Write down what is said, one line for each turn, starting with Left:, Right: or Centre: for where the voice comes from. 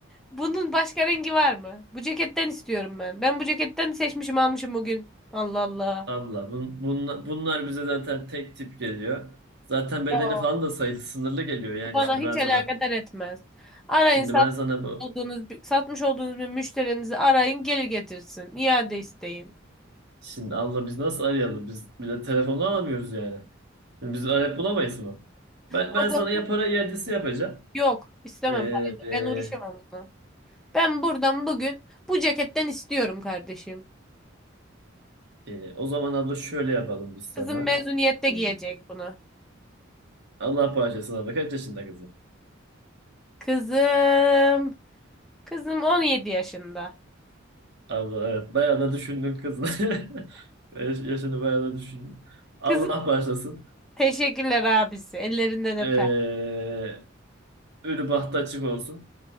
Centre: Bunun başka rengi var mı? Bu ceketten istiyorum ben. Ben bu ceketten seçmişim almışım bugün. Allah Allah.
Right: Allah bun, bunla- bunlar bize zaten tek tip geliyor. Zaten bedeni
Centre: Yok.
Right: falan da sayısı sınırlı geliyor yani.
Centre: Bu Bana
Right: Şimdi
Centre: hiç
Right: ben sana
Centre: alakadar etmez. Arayın
Right: şimdi
Centre: satmış
Right: ben sana bu
Centre: olduğunuz, satmış olduğunuz bir müşterinizi arayın geri getirsin. İade isteyin.
Right: şimdi abla biz nasıl arayalım? Biz bile telefonu alamıyoruz yani. Biz arayıp bulamayız mı? Ben,
Centre: O
Right: ben
Centre: da
Right: sana ya para iadesi yapacağım.
Centre: yok istemem
Right: Ee, e,
Centre: parayı. Ben uğraşamam onunla. Ben buradan bugün bu ceketten istiyorum kardeşim.
Right: Ee, o zaman abla şöyle yapalım biz sana.
Centre: Kızım mezuniyette
Right: Ee,
Centre: giyecek bunu.
Right: Allah bağışlasın abla. Kaç yaşında kızım?
Centre: Kızım. Kızım 17 yaşında.
Right: Abla evet bayağı da düşündün kızım. <laughs> Yaş- Yaşını bayağı da düşündün. Allah
Centre: Kızım
Right: bağışlasın.
Centre: teşekkürler abisi. Ellerinden öper.
Right: Ee, ölü bahtı açık olsun.